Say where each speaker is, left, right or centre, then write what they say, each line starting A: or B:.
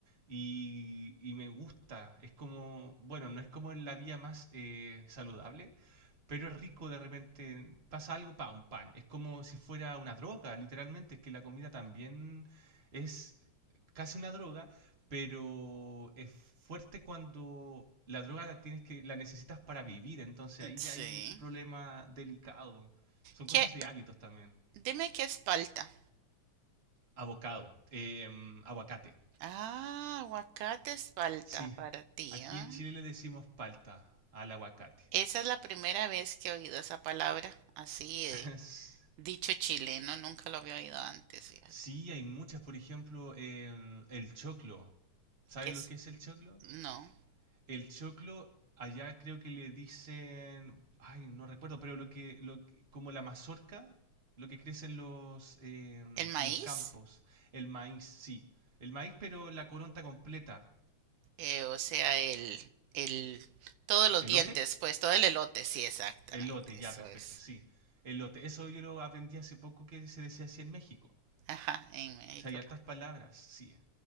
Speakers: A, on the right; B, on the right.
A: y, y me gusta, es como, bueno, no es como la vía más eh, saludable, pero es rico de repente, pasa algo, pa, un pan. Es como si fuera una droga, literalmente, es que la comida también es casi una droga, pero es fuerte cuando la droga la tienes que, la necesitas para vivir, entonces ahí
B: Sí.
A: ya hay un problema delicado. Son
B: ¿Qué?
A: cosas de hábitos también.
B: Dime qué es palta.
A: Avocado, eh, aguacate.
B: Ah, aguacate es palta
A: Sí,
B: para ti,
A: aquí
B: ¿ah?
A: en Chile le decimos palta al aguacate.
B: Esa es la primera vez que he oído esa palabra, así de
A: <laughs>
B: dicho chileno, nunca lo había oído antes, fíjate.
A: Sí, hay muchas, por ejemplo, en el choclo. ¿Sabes
B: ¿Qué es?
A: lo que es el choclo?
B: No.
A: El choclo, allá creo que le dicen, ay, no recuerdo, pero lo que, lo que- como la mazorca, lo que crece en los, eh, en
B: ¿El maíz?
A: los campos. El maíz, sí. El maíz, pero la coronta completa.
B: Eh, o sea, el, el, todos los
A: ¿Elote?
B: dientes, pues, todo el elote, sí, exactamente,
A: Elote,
B: eso
A: ya, perfecto,
B: es.
A: sí. Elote. Eso yo lo aprendí hace poco que se decía así en México.
B: Ajá, en México.
A: O sea, hay altas palabras, sí.